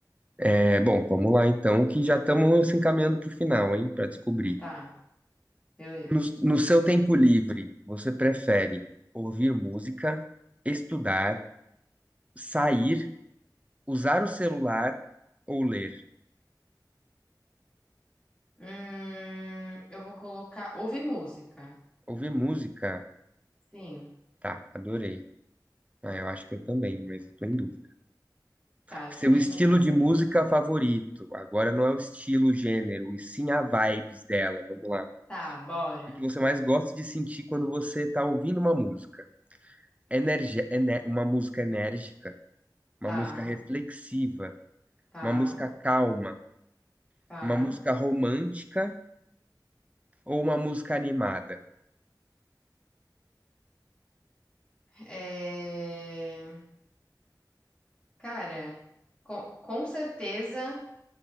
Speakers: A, on the right; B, on the left.
A: É, bom, vamos lá então, que já estamos se encaminhando para o final, hein, para descobrir.
B: Tá, beleza.
A: No, no seu tempo livre, você prefere ouvir música, estudar, sair, usar o celular ou ler?
B: Hum, eu vou colocar. Ouve música.
A: Ouvir música?
B: Sim,
A: Tá, adorei. Ah, eu acho que eu também, mas eu tô em dúvida.
B: tá, eu
A: Seu
B: também
A: estilo
B: tô um pouco
A: de
B: em
A: música
B: dúvida.
A: favorito? Agora não é o estilo, o gênero, e sim a vibes dela. Vamos lá.
B: Tá, bora.
A: O que você mais gosta de sentir quando você tá ouvindo uma música? Energia, ene- uma música enérgica? Uma
B: Tá,
A: música reflexiva,
B: tá,
A: uma música calma,
B: tá.
A: uma música romântica ou uma música animada?
B: É... Cara, com, com certeza